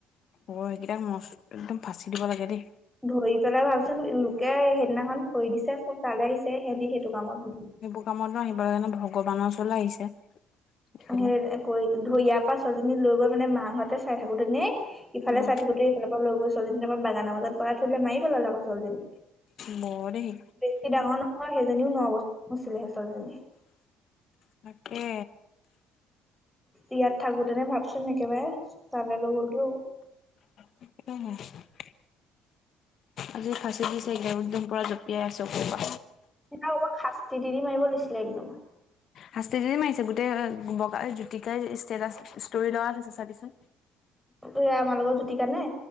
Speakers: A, on the left (about 60°); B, in the centre.
A: অ', সেইকেইটাাক মচ একদম ফাঁচি দিব লাগে দেই।
B: ধৰি পেলাই ভাবচোন লোকে সেইদিনাখন খৰি দিছে, চব তালে আহিছে সেহদি সেইটো কামত
A: সেইবোৰ কামতো আহিবৰ কাৰণে ভগৱানৰ ওৰলৈ আহিছে। এইফালে
B: সেই কৰি ধইয়াৰ পাচলিজনী লৈ গল মানে মাহতে চাই থাকোতেনে ইফালে
A: উম,
B: চাইথাকোতেই সিফালৰ পৰা ল গৈ ছোৱালজনীৰ পৰা বাগানৰ মাজত পৰাাই থৈ লাই মাৰি পেলাল আকৌ ছোৱালজনী।
A: ম দেহি
B: বেছি ডাঙৰ নহয় সেইজনীও ন বছৰ নছিলেহেঁ <unintelligible>
A: তাকে।
B: ইয়াত থাকোতেনে ভাবচোন একেবাৰে তালে লৈ গ'ল দও।
A: <unintelligible> আজি ফাঁচি দিছেগে একদমূৰা জঁপিয়াই আছোঁ ক'ৰবা।
B: সেই অপ শাস্তি দি মাৰিব লৈছিলে একদম।
A: শাস্তি যদি মাৰিছে, গোটেই বগাই জ্যতিকাই ষ্টেটাচ ষ্টৰি লগ হৈছে চাগিচোন।
B: এ আমাৰ লগত জ্যোতিকা নে?